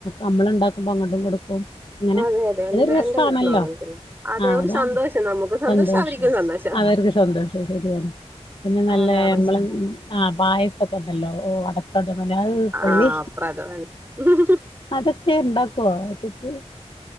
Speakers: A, on the left; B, on the right.
A: നമ്മളുണ്ടാകുമ്പോ അങ്ങട്ടും കൊടുക്കും. അങ്ങനെ
B: അതെ അതെ എന്റെ
A: അതൊരു രസാണല്ലോ.
B: എന്റെ വീട്ടിലും അങ്ങനെ തന്നെ അതെ
A: ആ
B: ഒരു
A: അതാണ്.
B: സന്തോഷം നമുക്ക്
A: സന്തോഷം.
B: അവർക്കും സന്തോഷം
A: അവർക്ക് സന്തോഷം. ശരിയ. പിന്നെ നല്ല
B: അതാ പക്ഷെ
A: നമ്മളെ പായസൊക്കെ ഉണ്ടല്ലോ. ഓ അട പ്രഥമൻ. ഹാവു പൊളി
B: ആഹ് പ്രധാനം
A: അതൊക്കെ ഉണ്ടാക്കോ, ഒറ്റക്ക്.